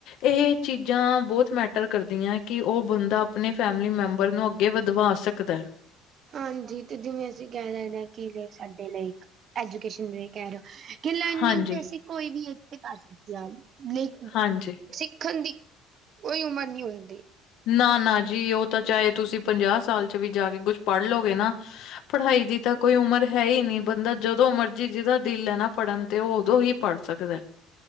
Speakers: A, on the left; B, on the right.
A: ਇਹ ਚੀਜ਼ਾਂ ਬਹੁਤ ਮੈਟਰ ਕਰਦੀਆਂ ਕਿ ਉਹ ਬੰਦਾ ਆਪਣੇ ਫੈਮਿਲੀ ਮੈਂਬਰ ਨੂੰ ਅੱਗੇ ਵਧਵਾ ਸਕਦਾ ਹੈ।
B: ਹਾਂਜੀ ਤੇ ਜਿਵੇਂ ਅਸੀਂ ਕਹਿ ਸਕਦੇ ਹਾਂ ਕਿ ਸਾਡੇ ਲਈ ਐਜੂਕੇਸ਼ਨ ਕਹਿ ਰਹੇ ਹੋ। ਕਿ ਲਰਨਿੰਗ
A: ਹਾਂਜੀ
B: ਤੇ ਅਸੀਂ ਕੋਈ ਵੀ ਏਜ ਤੇ ਕਰ ਸਕਦੇ ਹਾਂ ਲ
A: ਹਾਂਜੀ
B: ਸਿੱਖਣ ਦੀ ਕੋਈ ਉਮਰ ਨਹੀਂ ਹੁੰਦੀ।
A: ਨਾ ਨਾ ਜੀ ਉਹ ਤਾਂ ਚਾਹੇ ਤੁਸੀਂ ਪੰਜਾਹ ਸਾਲ ਚ ਵੀ ਜਾ ਕੇ ਕੁਛ ਪੜ੍ਹ ਲਓਗੇ ਨਾ ਪੜ੍ਹਾਈ ਦੀ ਤਾਂ ਕੋਈ ਉਮਰ ਹੈ ਹੀ ਨਹੀਂ ਬੰਦਾ ਜਦੋਂ ਮਰਜ਼ੀ ਜਿਹਦਾ ਦਿਲ ਹੈ ਨਾ ਪੜ੍ਹਨ ਤੇ ਉਦੋਂ ਹੀ ਪੜ ਸਕਦਾ